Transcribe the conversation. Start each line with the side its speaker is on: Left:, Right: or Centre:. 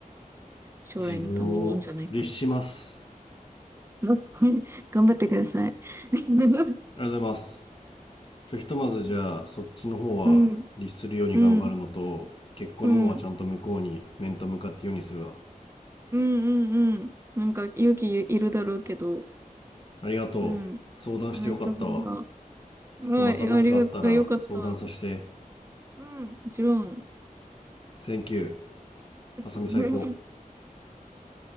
Right: 将来のためにいいんじゃないか
Left: 自分を律します
Right: な。うん <laughs> 頑張ってください。<laughs>
Left: ありがとうございますじゃあひとまずじゃあそっちの方は律するように頑張るのと結婚の方はちゃんと向こうに面と向かって言うようにするわ。
Right: うん、うん、うん、うん、うん、うん。なんか勇気いるだろうけど、
Left: ありがとう。
Right: うん、
Left: 相談してよかったわ。
Right: 話した方が、はい、
Left: ちょっとまた何かあったら相談させて。
Right: ありがとう。よかった。うん、もちろん。
Left: Thank you。
Right: <laughs>
Left: あさみ最高。